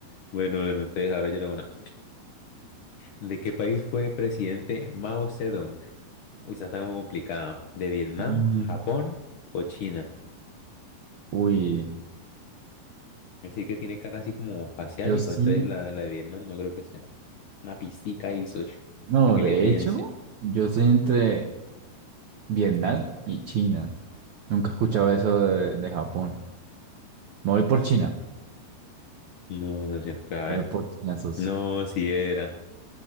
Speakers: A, on the left; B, on the right.
A: Bueno, bueno, entonces ahora yo era una. ¿De qué país fue presidente Mao Zedong? Uy, esa está como complicada. De Vietnam,
B: Mm,
A: Japón o China.
B: Uy,
A: Así que tiene cara así como asiático,
B: yo sí.
A: entonces la, la de Vietnam no creo que sea. Una pistica ahí, socio,
B: No,
A: para que
B: de
A: le piense.
B: hecho, yo soy entre. Vietnam y China. Nunca he escuchado eso de, de Japón. Me voy por China.
A: No, socio, pues a ver.
B: Me voy por China, socio.
A: No, si era.